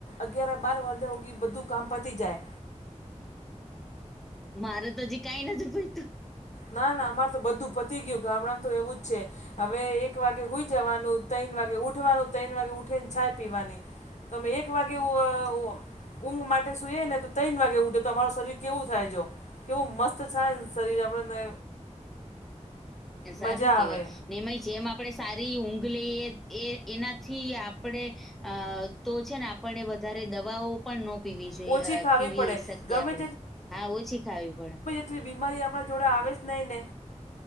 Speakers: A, on the left (about 70°); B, in the centre.
A: અગિયાર બાર વાગ્યા હુધી બધું કામ પતી જાય.
B: મારે તો હજી કાંઈ નથી પયતુ!
A: ના, ના અમાર તો બધું પતી ગ્યું, ગામડામ તો એવું જ છે. હવે એક વાગે હુઈ જવાનું, તઇન વાગે ઉઠવાનું, તૈણ વાગે ઉઠીન છાય પીવાની તમે એક વાગે હુ અ હુઓ? ઊંઘ માટે સૂઈએને તો તૈન વાગે ઉઠ, તો અમારું શરીર કેવું થાય જોવો! કેવું મસ્ત છાય ને શરીર આપણને!
B: એ
A: મજા
B: સારું કેવાય!
A: આવે
B: નેમાંય જેમ આપણે સારી ઊંઘ લઈએ, એ એનાથી આપણે અ તો છે ને, આપણને વધારે દવાઓ પણ નો પીવી જોઈએ,
A: ઓછી
B: અ
A: ખાવી
B: પીવી
A: પડે
B: સકીએ
A: ગમે
B: આપણે. હા, ઓછી ખાવી પડે.
A: કઇ બીમારી આપ જોડે આવે જ નહી ને,